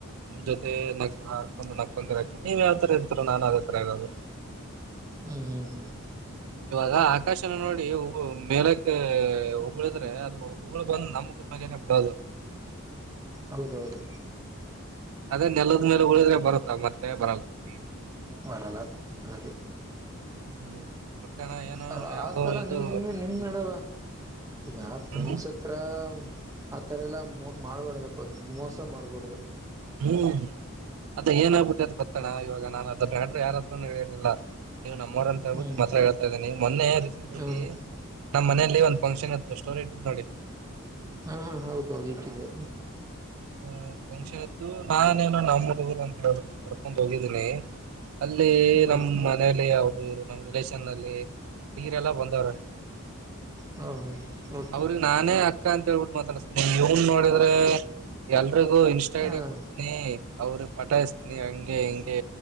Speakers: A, on the right; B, on the right.
A: ನಿಮ್ ಜೊತೆ ಆಡ್ಕೊಂತ ನಕುಂತ ನೀವ ಯಾವತರ ಇರ್ತರಾ ನಾನ್ ಅದೇ ತರ ಇರೋದು
B: ಹ್ಮ ಹ್ಮ ಹ್ಮ್
A: ಇವಾಗ ಆಕಾಶನ ನೋಡಿ ಮೇಲಕ್ಕೆ ಉಗಳಿದ್ರೆ ಅದು ಉಗುಳ ಬಂದು ನಮ್ಮ ಮುಖದ ಮೇಲೆ ಬೀಳೋದು
B: ಹೌದೌದು
A: ಅದೇ ನೆಲದ ಮೇಲೆ ಉಗಳಿದ್ರೆ ಬರುತ್ತ ಮತ್ತೆ ಬರಲ್ಲ ಹಂಗೆ
B: ವರಲ್ಲ ಅದೆ
A: ಹ್ಮ್ ಮತ್ತಣ ಏನೋ
B: ಅಲ್ಲ
A: ಯಾವ್ದೋ
B: ಆತರ
A: ಇದು
B: ನಿಮ ನಿಮ್ ನಿಮ್ ನಡಲ್ಲ ಯಾವ ಫ್ರೆಂಡ್ಶಿಪ್
A: ಹ್ಮ್
B: ಹತ್ರ ಆ ತರ ಎಲ್ಲ ಮಾಡಬಾರದಪ್ಪ ಮೋಸ ಮಾಡ್ಬಾರಡದು
A: ಹ್ಮ್ ಅದೇ ಏನಾಗಗ್ಬಿಟ್ಟೆ ಅದು ಗೊತ್ತಣ ಇವಾಗ ನಾನ ಮ್ಯಾಟರ್ ಯಾರ ಹತ್ರನು ಹೇಳಿರ್ಲಿಲ್ಲ ನೀವು ನಮ್ಮವರ ಅಂತ ಹೇಳ್ಬಿಟ್ಟು
B: ಹ್ಮ್
A: ನಿಮ್ಮತ್ರ ಹೇಳ್ತಾ ಇದೀನಿ ಮೊನ್ನೆ ರೀಸೆಂಟ್
B: ಹ
A: ಅಲ್ಲಿ ನಮ್ಮನೇಲಿ ಒಂದು ಫಂಕ್ಷನ್ ಇತ್ತು ಸ್ಟೋರಿ ಇಟ್ಟಿದ್ದೇನೆ ನೋಡಿ
B: ಹಾ ಹಾ ಹೌದು ಹೌದು ಇಟ್ಟಿದೆ
A: ಹ ಫಂಕ್ಷನ್ ಇತ್ತು ನಾನೇನ ನಮ್ ಹುಡುಗರು ಅಂತ ಹೇಳ್ಬಿಟ್ಟು ಕರ್ಕೊಂಡ್ ಹೋಗಿದ್ದೀನಿ ಅಲ್ಲಿ
B: ಹ್ಮ್
A: ನಮ್ಮ್ ಮನೇಲಿ ಅವರು ಇವರು ನಮ್ಮ್ ರಿಲೇಷನ್ ನಲ್ಲಿ ಹುಡುಗೀರೆಲ್ಲ ಬಂದವರೇ
B: ಹ ಓಕೆ
A: ಅವ್ರಿಗೆ ನಾನೇ ಅಕ್ಕ ಅಂತ ಹೇಳ್ಬಿಟ್ಟು ಮಾತಾಡಿಸತೀನಿ ಇವನ್ ನೋಡಿದ್ರೆ ಎಲ್ರಿಗೂ ಇನ್ಸ್ತ
B: ಹಾ
A: ಐಡಿ ಕೊಡ್ ಿ ಅವ್ರ ಪಟಾಯಸ್ತೀನಿ ಹಂಗೆ ಹಿಂಗೆ